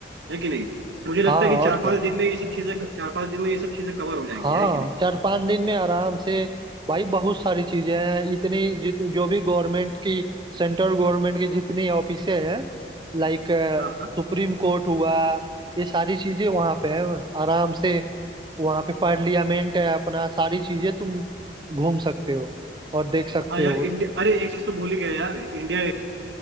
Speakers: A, on the right (about 75°); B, on the right (about 25°).
A: है कि नहीं मुझे लगता
B: हाँ
A: है
B: और
A: कि चार पांच
B: क्या
A: दिन में ये सब चीजें चार पांच दिन में ये सब चीजें कवर हो जाएंगे
B: हाँ
A: है कि नहीं
B: चार पांच दिन में आराम से भाई बहुत सारी चीजें हैं इतनी जित जो भी गवर्नमेंट की सेंट्रल गवर्नमेंट की जितनी ऑफिसें हैं लाइक
A: हाँ हाँ
B: सुप्रीम कोर्ट हुआ ये सारी चीजें वहाँ पे हैं आराम से वहाँ पे पार्लियामेंट है अपना सारी चीजें तुम घूम सकते हो और देख सकते
A: हाँ यार
B: हो
A: इंडिया अरे एक चीज तो भूल ही गया यार इंडिया